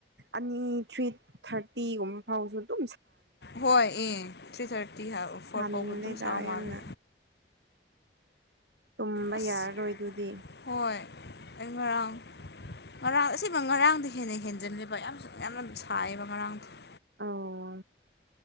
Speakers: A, on the right; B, on the left.
A: ꯑꯅꯤ ꯊ꯭ꯔꯤ ꯊꯥꯔꯇꯤꯒꯨꯝ ꯐꯥꯎꯁꯨ ꯑꯗꯨ
B: ꯍꯣꯏ ꯑꯦ ꯊ꯭ꯔꯤ ꯊꯥꯔꯇꯤ ꯐꯣꯔ
A: ꯇꯜꯂꯦꯗ
B: ꯐꯥꯎꯕ ꯑꯗꯨꯝ ꯁꯥꯕ ꯃꯥꯜꯂꯦ
A: ꯌꯥꯝꯅ ꯇꯨꯝꯕ
B: ꯑꯁ
A: ꯌꯥꯔꯔꯣꯏ ꯑꯗꯨꯗꯤ
B: ꯍꯣꯏ ꯑꯩ ꯉꯔꯥꯡ ꯉꯔꯥꯡ ꯑꯁꯦꯡꯕ ꯉꯔꯥꯡꯗꯤ ꯍꯦꯟꯅ ꯍꯦꯟꯖꯤꯜꯂꯦꯕ ꯌꯥꯝ ꯌꯥꯝꯅ ꯁꯥꯏꯌꯦꯕ ꯉꯔꯥꯡꯗ <inaudible>
A: ꯑꯧ